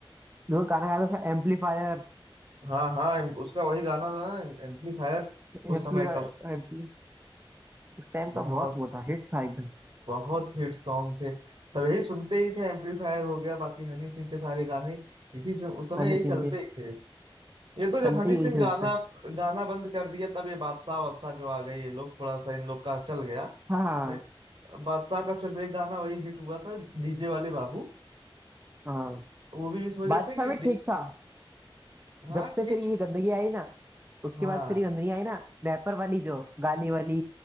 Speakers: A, on the right; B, on the right.
A: जो गाना गाता था एम्पलीफायर
B: हाँ हाँ इम- उसका वही गाना था ना एम्पलीफायर उस
A: एम्पलीफायर
B: समय का
A: एम्पली उस टाइम का
B: बहुत
A: बहुत वो था हिट था एकदम
B: बहुत हिट सॉन्ग थे सब यही सुनते ही थे एम्पलीफायर हो गया बाकी हनी सिंह के सारे गाने इसी से उस समय
A: हनी
B: यही
A: सिंह
B: चलते
A: के
B: ही थे ये तो जब
A: सुनते
B: हनी
A: यही
B: सिंह
A: थे
B: गाना
A: उस टाइम
B: गाना बंद कर दिया तब ये बादशाह वादशाह जो आ गए ये लोग थोड़ा सा इन लोग का चल गया
A: हाँ हाँ
B: नहीं, बादशाह का सिर्फ एक गाना वही हिट हुआ था डीजे वाले बाबू
A: हाँ
B: वो भी इस वजह
A: बादशाह
B: से कि
A: भी ठीक
B: डी-
A: था
B: हाँ
A: जब से
B: ठीक
A: फिर ये गंदगी आई ना उसके
B: हाँ
A: बाद फिर ये गंदगी आई ना रैपर वाली जो गाली वाली